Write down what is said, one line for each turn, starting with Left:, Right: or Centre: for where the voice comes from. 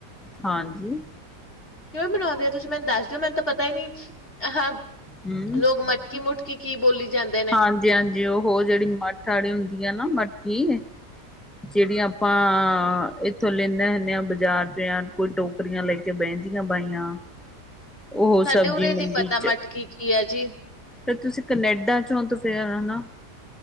Centre: ਹਾਂਜੀ।
Left: ਕਿਵੇਂ ਬਣਾਂਦੇ ਔ ਤੁਸੀਂ ਮੈਨੂੰ ਦੱਸ ਦਿਓ ਮੈਨੂੰ ਤਾਂ ਪਤਾ ਈ ਨੀ? ਹਾਂ
Centre: ਹੂੰ।
Left: ਲੋਗ ਮਟਕੀ ਮੁਟ ਕੀ-ਕੀ ਬੋਲੀ ਜਾਂਦੇ ਨੇ
Centre: ਹਾਂਜੀ-ਹਾਂਜੀ, ਉਹੋ ਜਿਹੜੀ ਮੱਠ ਆਲੀ ਹੁੰਦੀ ਐ ਨਾ ਮਟਕੀ। ਜਿਹੜੀ ਆਪਾਂ ਇੱਥੋਂ ਲੈਂਨੇ ਹੁੰਨੇ ਆ ਬਜ਼ਾਰ 'ਚ ਯਾ ਕੋਈ ਟੋਕਰੀਆਂ ਲੈ ਕੇ ਬਹਿੰਦੀਆਂ ਬਾਈਆਂ। ਉਹੋ
Left: ਸਾਡੇ
Centre: ਸਬਜ਼ੀ
Left: ਉਰੇ ਨੀ
Centre: ਮੰਡੀ
Left: ਪਤਾ
Centre: ਚ।
Left: ਮਟਕੀ ਕੀ ਹੈ ਜੀ
Centre: ਫੇਰ ਤੁਸੀਂ ਕਨੇਡਾ ਚੋਂ ਤੇ ਫੇਰ ਹਨਾ।